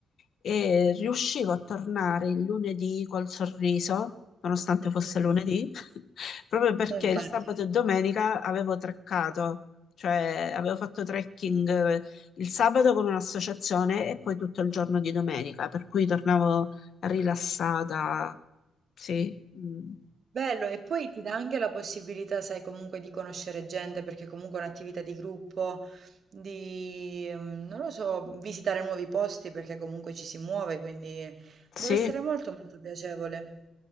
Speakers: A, on the left; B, on the right.
A: e riuscivo a tornare il lunedì col sorriso, nonostante fosse
B: Mm.
A: lunedì, <laughs> proprio perché
B: Eh, Infatti.
A: il sabato e domenica avevo treccato. Cioè, avevo fatto trekking eh, il sabato con un'associazione e poi tutto il giorno di domenica, per cui tornavo rilassata. Sì. mm.
B: Bello, e poi ti dà anche la possibilità, sai, comunque di conoscere gente, perché comunque è un'attività di gruppo, di, ehm, non lo so, visitare nuovi posti, perché comunque ci si muove, quindi
A: Sì,
B: deve essere molto molto piacevole.